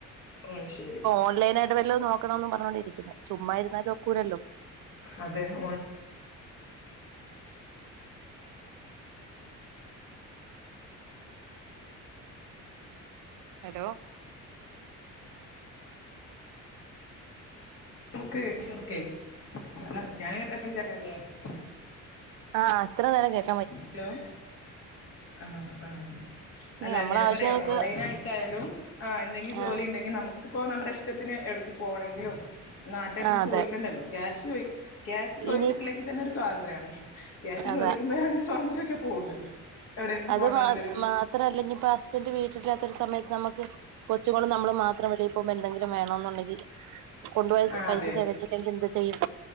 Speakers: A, on the left; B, on the right.
A: അത്‌ ശരി
B: ഓൺലൈന ട്ട് വല്ലോം നോക്കണംന്ന് പറഞ്ഞുകൊണ്ടിരിക്കുന്നേ ചുമ്മാതിരുന്നാലും ഒക്കൂലല്ലോ
A: അതെ ഓ
B: ഹലോ
A: <unintelligible>
B: ആഹ് അത്ര നേരം കേട്ട്
A: ഹലോ ആഹ് ആഹ് അല്ല
B: നമ്മളെ
A: ഞാൻ
B: ആവശ്യങ്ങൾക്ക്
A: പറയാ ഓൺലൈൻ ആയിട്ടായാലും ആഹ് എന്തെങ്കിലും
B: ആ
A: ജോലി ഉണ്ടെങ്കിൽ നമുക്കിപ്പോ നമ്മുടെ ഇഷ്ടത്തിന് എവ്ടുക്ക് പോണെങ്കിലും ആരടെട്ത്തും
B: ആ അതെ
A: ചോദിക്കണ്ടല്ലോ ക്യാഷ് ക്യാഷ് ചോദിച്ചിട്ടില്ലെങ്കിൽ
B: ഇനി
A: തന്നെ ഒരു സ്വാതന്ത്ര്യാണ് ക്യാഷ്
B: അതാ
A: ചോദിക്കുമ്പോഴാണ് സ്വാതന്ത്ര്യൊക്കെ പോകുന്നത് എവിടേക്കും
B: അത്
A: പോകണ്ടാന്നുള്ളൊരു
B: മാ മാത്രല്ല ഇനി ഇപ്പ ഹസ്ബൻന്റ് വീട്ടിലില്ലാത്തരു സമയത്ത് നമുക്ക് കൊച്ച്ങ്ങളും നമ്മളും മാത്രം വെളിപോമ്പോ എന്തെങ്കിലും വേണന്നുണ്ടെങ്കി കൊണ്ടുപോയ
A: ആഹ്
B: പൈസ
A: അതെ
B: തികഞ്ഞില്ലെങ്കി എന്ത് ചെയ്യും